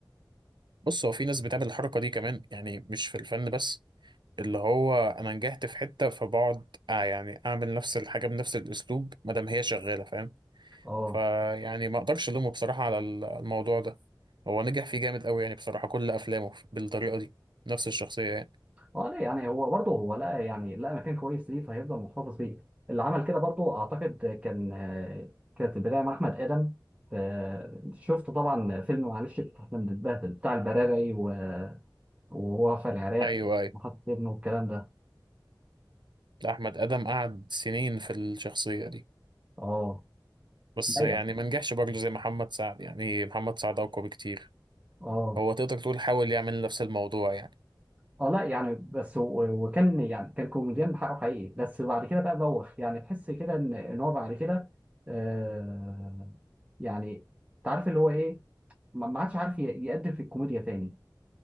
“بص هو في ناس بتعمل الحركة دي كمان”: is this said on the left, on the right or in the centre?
Right